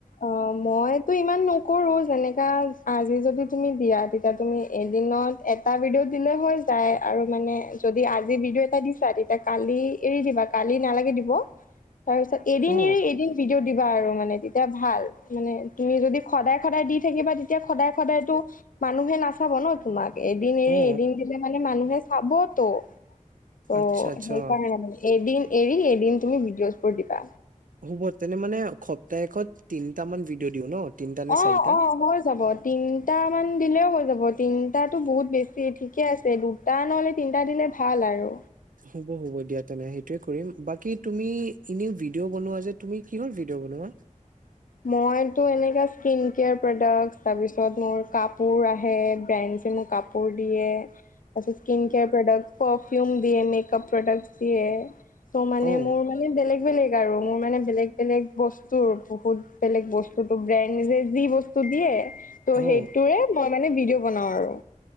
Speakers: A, on the left; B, on the right.
A: অ মইতো ইমান নকৰো যেনেকা আজি যদি তুমি দিয়া তেতিয়া তুমি এদিনত এটা ভিডিঅ' দিলে হৈ যায় আৰু মানে যদি আজি ভিডিঅ' এটা দিছা তেতিয়া কালি এৰি দিবা কালি নালাগে দিব তাৰপিছত এদিন
B: অ
A: এৰি এদিন দিও দিবা আৰু মানে তেতিয়া ভাল মানে তুমি যদি সদায় সদায় দি থাকিবা তেতিয়া সদায় সদায়টো মানুহে নাচাব ন তোমাক এদিন এৰি
B: অ
A: এদিন দিলে মানে মানুহে চাবত তো ত
B: আচ্ছা আচ্ছা
A: সেইকাৰণে মানে এদিন এৰি এদিন তুমি ভিডিঅ'জবোৰ দিবা
B: শুবত তেনে মানে সপ্তাহেষত তিনিটা মান ভিডিঅ' দিওঁ ন তিনটা নে
A: অ
B: চাৰিটা
A: অ হৈ যাব তিনটা মান দিলেও হৈ যাব তিনিটাত তো বহুত বেছি ঠিকে আছে দুটা নহলে তিনিটা দিলে ভাল আৰু
B: হ'ব হ'ব দিয়া তেনে সেইটোৱে কৰিম বাকী তুমি এনেও ভিডিঅ' বনোৱা যে তুমি কিহৰ ভিডিঅ' বনোৱা
A: মইতো এনেকা স্কিন কেয়াৰ প্ৰডাক্ট তাৰপিছত মোৰ কাপোৰ আহে ব্ৰেণ্ড মোক কাপোৰ দিয়ে তাছত স্কিন কেয়াৰ প্ৰডাক্ট পফিউম দিয়ে মেকআপ প্ৰডাক্ট দিয়ে ত' মানে
B: অ
A: মোৰ মানে বেলেগ বেলেগ আৰু মোৰ মানে বেলেগ বেলেগ বস্তুৰ বহুত বেলেগ বস্তুতো ব্ৰেণ্ড যে যি বস্তু দিয়ে ত সেইটোৰে
B: অ
A: মই মানে ভিডিঅ' বনাওঁ আৰু